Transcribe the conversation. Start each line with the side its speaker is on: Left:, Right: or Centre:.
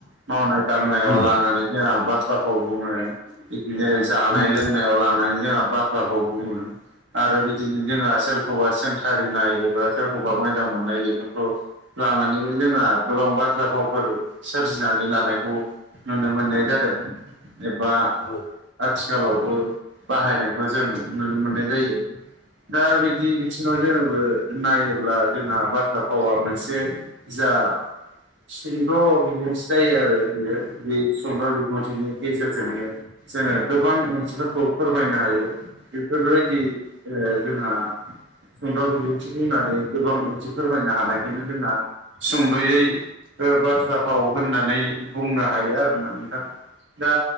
Right: मावनाय दांनायाव
Left: उम
Right: लानानै जोंहा बाथ्रा भाव बुङो। बिदिनो जानाय
Left: उम
Right: लोंनायाव लानानै जोंहा बाथ्राखौ बुङो आरो बिदिनो जोंहा सोरखौबा सोंखारिनाय एबा सोरखौबा मोजां मोननाय बेफोरखौ लानानैबो जोंहा गोबां बाथ्रा फावफोर सोरजिनानै लानायखौ नुनो मोननाय जादों एबा
Left: औ
Right: आथिखालावबो बाहायनायखौ जों नुनो मोननाय जायो दा बि बिदि बिथिङाव जोङोबो नायोब्ला जोंहा बाथ्रा भावा मोनसे जा सुंद' बिबुंथि जायो आरो बियो बे सुंद' बिबुंथिनि गेजेरजोंनो जोङो गोबां ओनसोलफोरखौ फोरमायनो हायो बेफोरबायदि जोंहा सुंद' बिबुंथिखौ होननानै गोबां ओंथि फोरमायनो हानायखायनो जोंहा सुंद'यै बाथ्रा फाव होननानै बुंनो हायो आरोना नोंथां दा